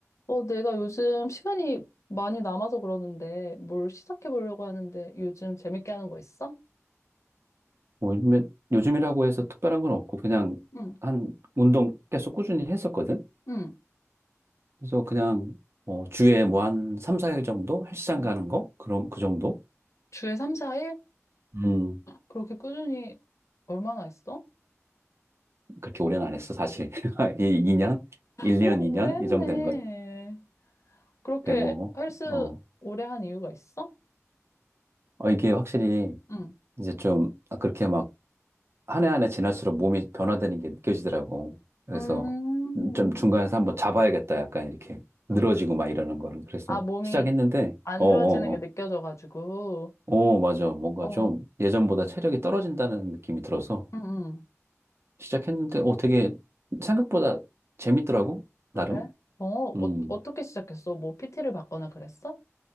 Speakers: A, on the left (about 65°); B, on the right (about 50°).
A: 어, 내가 요즘 시간이 많이 남아서 그러는데 뭘 시작해 보려고 하는데 요즘 재밌게 하는 거 있어?
B: 뭐 요즘에, 요즘이라고 해서 특별한 건 없고, 그냥
A: 응,
B: 한 운동 계속 꾸준히 했었거든?
A: 응.
B: 그래서 그냥, 어, 주에 뭐 한 3, 4일 정도? 헬스장
A: 어,
B: 가는 거? 그런, 그 정도?
A: 주에 3, 4일?
B: 음,
A: 그렇게 꾸준히 얼마나 했어?
B: 그렇게 오래는 안 했어, 사실. <laughs> 이 2년? 1년,
A: 오,
B: 2년?
A: 오래 했네.
B: 이 년? 이 정도 되는 것
A: 그렇게
B: 같아, 뭐.
A: 헬스
B: 어,
A: 오래 한 이유가 있어?
B: 어, 이게 확실히
A: 응.
B: 이제 좀, 아, 그렇게 막, 한 해 한 해 지날수록 몸이 변화되는 게 느껴지더라고. 그래서
A: 음,
B: 좀 중간에서 한번 잡아야겠다, 약간 이렇게. 늘어지고
A: 응,
B: 막 이러는 거를. 그래서
A: 아, 몸이
B: 시작했는데,
A: 안
B: 어어어.
A: 좋아지는 게 느껴져가지고.
B: 어, 맞아. 뭔가
A: 어,
B: 좀 예전보다 체력이 떨어진다는 느낌이 들어서
A: 응, 응.
B: 시작했는데, 어, 되게 생각보다 재밌더라고,
A: 그래?
B: 나름.
A: 어, 어,
B: 음.
A: 어떻게 시작했어? 뭐 PT를 받거나 그랬어?